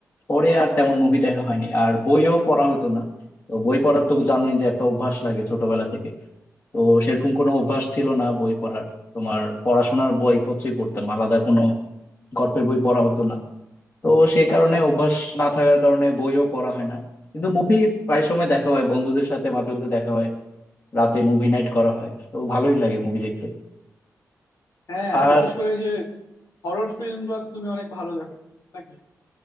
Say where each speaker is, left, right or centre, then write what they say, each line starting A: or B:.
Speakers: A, on the left; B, on the left.
A: পরে আর তেমন মুভি দেখা হয়নি আর বইও পড়া হতো না তো বই পড়ার তো জানোই যে একটা অভ্যাস লাগে ছোটবেলা থেকে তো সেরকম কোনো অভ্যাস ছিল না বই পড়ার তোমার পড়াশোনার বইপত্রই পড়তাম আলাদা কোনো গল্পের বই পড়া হতো না তো সেই কারণে
B: আচ্ছা আচ্ছা
A: অভ্যাস না থাকার কারণে বইও পড়া হয় না কিন্তু মুভি প্রায় সময় দেখা হয় বন্ধুদের সাথে মাঝে মাঝে দেখা হয় রাতে মুভি নাইট করা হয় তো ভালোই লাগে মুভি দেখতে
B: হ্যাঁ হ্যাঁ,
A: আর
B: বিশেষ করে যে হরর ফিল্ম গুলো তো তুমি অনেক ভালো দেখো নাকি